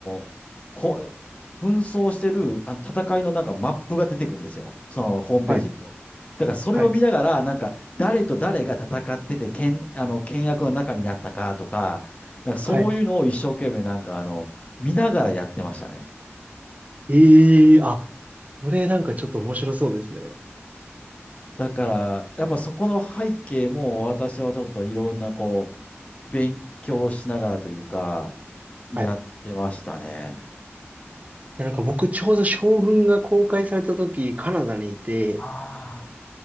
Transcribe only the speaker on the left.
ーこ紛争してる、あの戦いのなんかマップが出てくるんですよ。そのホームページ行くと。
だからそれを見ながら、
なんか誰と誰が戦ってて、けん、あの、倹約の中になったかとか、なんかそういうのを一生懸命なんかあの、
見ながらやってましたね。
だから、やっぱそこの背景も私はちょっといろんなこう、勉強しながらというか、やってましたね。
ああ、